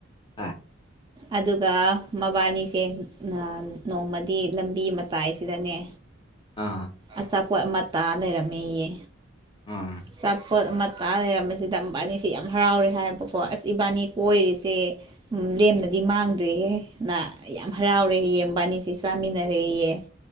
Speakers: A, on the left; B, on the right.
A: ꯑꯥ꯫
B: ꯑꯗꯨꯒ ꯃꯕꯥꯅꯤꯁꯦ ꯅꯣꯡꯃꯗꯤ ꯂꯝꯕꯤ ꯃꯠ ꯇꯥꯏꯁꯤꯗꯅꯦ
A: ꯑꯥ
B: ꯑꯆꯥꯄꯣꯠ ꯑꯃ ꯇꯥ ꯂꯩꯔꯝꯃꯦꯌꯦ꯫
A: ꯑꯥ꯫
B: ꯑꯆꯥꯄꯣꯠ ꯑꯃ ꯇꯥ ꯂꯩꯔꯝꯕꯁꯤꯗ ꯃꯕꯥꯟꯅꯤꯁꯦ ꯌꯥꯝ ꯍꯔꯥꯎꯔꯦ ꯍꯥꯏꯌꯦꯕꯀꯣ ꯑꯁ ꯏꯕꯥꯅꯤ ꯀꯣꯏꯔꯤꯁꯦ, ꯂꯦꯝꯅꯗꯤ ꯃꯥꯡꯗ꯭ꯔꯦꯍꯦ ꯅ ꯌꯥꯝ ꯍꯔꯥꯎꯔꯦꯌꯦ ꯌꯦꯟꯕꯥꯅꯤꯁꯤ ꯆꯥꯃꯤꯟꯅꯔꯦꯌꯦ꯫